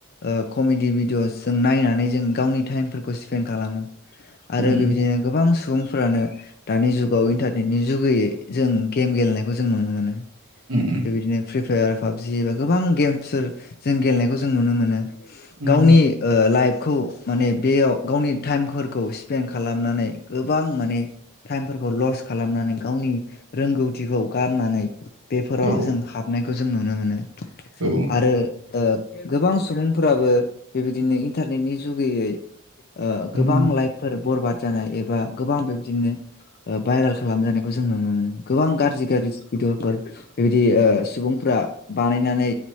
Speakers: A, on the left; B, on the right.
A: ओ कमेडि भिडिअस जों नायनानै जों गावनि टाइमफोरखौ स्पेन्ड खालामो आरो
B: उम।
A: बेबायदिनो गोबां सुबुंफोरानो दानि जुगाव इन्टारनेटनि जुगैयै जों गेम गेलेनायखौ जों नुनो मोनो ।
B: उम
A: बे बिदिनो फ्रि फायार पाबजि एबा गोबां गेम्सफोर जों गेलेनायखौ जों नुनो मोनो ।
B: उम
A: गावनि ओ लाइफखौे माने बेयाव गावनि टाइमफोरखौ स्पेन्ड खालामनानै गोबां माने टाइमफोरखौ ल'स खालामनानै गावनि रोंगौथिखौ गारनानै बेफोराव
B: औ
A: जों हाबनाय खौ जों नुनो मोनो ।
B: औ उम
A: आरो ओ गोबां सुबुंफोराबो बेबायदिनो इन्टारनेटनि जुगैयै ओ गोबां
B: उम औ
A: लाइफफोर बरबाद जानाय एबा गोबां बेबायदिनो भाइरेल खालाम जानायखौ जों नुनो मोनो गोबां गाज्रि गाज्रि भिडिअफोर बेबायदि ओ सुबुंफ्रा बानायनानै